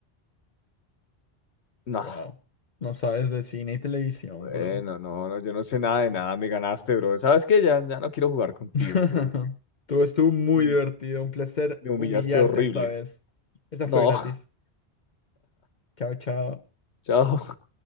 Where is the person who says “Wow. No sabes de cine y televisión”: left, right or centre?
Left